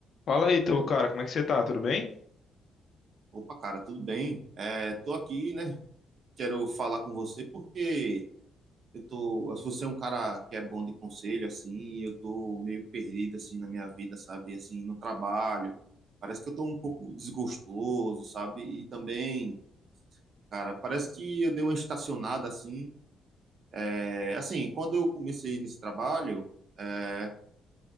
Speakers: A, on the left (about 55°); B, on the right (about 55°).
A: Fala aí, Ítalo, cara, como é que você tá? Tudo bem?
B: Opa, cara, tudo bem? É, tô aqui, né? Quero falar com você porque eu tô. Se você é um cara que é bom de conselho, assim, eu tô meio perdido, assim, na minha vida, sabe? Assim, no trabalho. Parece que eu tô um pouco desgostoso, sabe? E também, cara, parece que eu dei uma estacionada, assim. É, assim, quando eu comecei nesse trabalho, é,